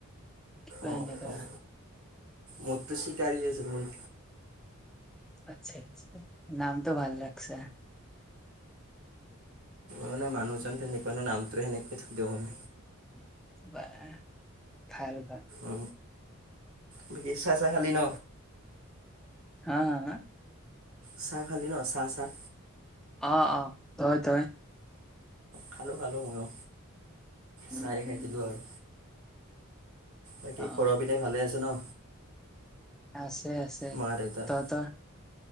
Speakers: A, in the centre; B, on the right.
A: কিবা
B: অঁ
A: এনেকা
B: অঁ মোৰটো চিকাৰী আছিল মোৰ।
A: আচ্ছা আচ্ছা নামটো ভাল লাগছে।
B: মানে মানুহজন তেনেকুৱা ন নামটো সেনেকুৱ থই দিওঁ আৰু।
A: উপাই নাই, ভাল
B: উ বকি চা চা খালী ন?
A: হা হা হা?
B: চাহ খালি ন চাহ চাহ?
A: অ অ হয় ত।
B: খালো খালো ময়
A: উম,
B: চাই খাই
A: উম,
B: দিলো আৰু। বাকী
A: অ',
B: ঘৰৰ পিনে ভালে আছে ন?
A: আছে আছে।
B: মা দেউতা
A: তহতৰ?